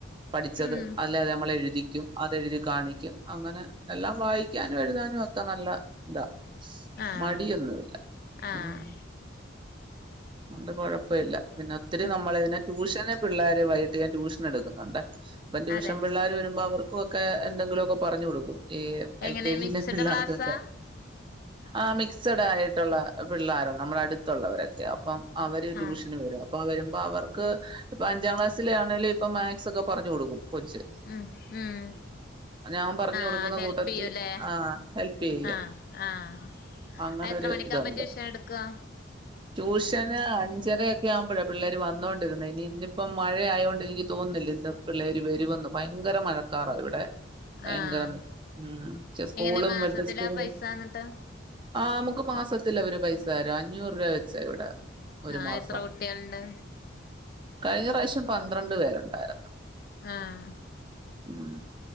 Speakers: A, on the right (about 25°); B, on the left (about 45°).
A: പഠിച്ചത്
B: ഉം
A: അല്ലേ അത് ന്നമ്മള് എഴുതിക്കും അതെഴുതി കാണിക്കും അങ്ങനെ എല്ലാം വായിക്കാനും എഴുതാനും ഒക്കെ നല്ല ഇതാ
B: ആഹ്
A: മടിയൊന്നുല്ല
B: ആഹ്
A: ഉം അഒണ്ട് കൊഴപ്പല്ല പിന്നെ ഒത്തിരി
B: ഉം
A: നമ്മളതിനെ ട്യൂഷന് പിള്ളേരെ വൈട്ട് ഞാൻ ട്യൂഷ എടുുന്നുണ്ടെ അപ്പം ട്യൂഷൻ
B: അതെ
A: പിള്ളേര് വരുമ്പോ അവർക്കൊ ക്കെ എന്തെങ്കിലൊക്കെ പറഞ്ഞു കൊടുക്കും ഈ
B: എങ്ങനെ
A: എൽ കെ ജി
B: മിക്സ്ഡ്
A: ലെ പിള്ളേർക്കൊക്കെ
B: ക്ലാസ്സാ
A: ആഹ് മിക്സഡ് ആയിട്ടുള്ള പിള്ളേരുണ്ട് നമ്മുടെ അടുത്തുള്ളവരൊക്കെ അപ്പം അവര് ട്യൂഷന്
B: ആഹ്
A: വരും അ പ്പൊ വരുമ്പോ അവർക്ക് ഇപ്പ അഞ്ചാം ക്ലാസ്സിലെ ആണേല് ഇപ്പൊ മാക്സ് ഒക്കെ പറഞ്ഞു കൊടുക്കും കൊച്ച്
B: ഉം ഉം
A: ഞാൻ പറഞ്ഞു
B: ആഹ്
A: കൊടുക്കുന്ന
B: അ ഹെൽപ്
A: കൂട്ടത്തിൽ
B: ചെയ്യൂല്ലേ
A: ആ ഹെൽപ് ചെയ്യ
B: ആഹ് ആഹ്
A: അങ്ങനൊരു
B: എത്ര മണിക്കാ
A: ഇതുണ്ട്
B: പറ്റിഷ എടുക്കാ
A: ട്യൂഷന് അഞ്ചരൊക്കെ ആവുമ്പോഴാ പിള്ളേർ വന്നോണ്ടിരുന്നെ ഇനി ഇന്നിപ്പം മഴയായൊണ്ട് തോന്നില്ല ഇന്ത പിള്ളേരി വരുവന്നു ഭയങ്കര മഴക്കാറാ ഇവിടെ ഭയങ്കര
B: ആഹ്
A: ഉം ക്ഷെ സ്കൂളും
B: എങ്ങനെ മാസത്തിലാ
A: മെഡിൽ സ്കൂള്
B: പൈസ എന്നിട്ട്
A: ആഹ് അമ്മക്ക് മാസത്തിലാ അവര് പൈസ തരാ അഞ്ഞൂറ് രൂപ വെച്ച ഇവിടെ ഒരു
B: ആഹ്
A: മാസം
B: എത്ര കുട്ടികളുണ്ട്
A: കഴിഞ്ഞ പ്രാവശ്യം പന്ത്രണ്ട് പേരുണ്ടായിരുന്നു
B: ആഹ്
A: ഉം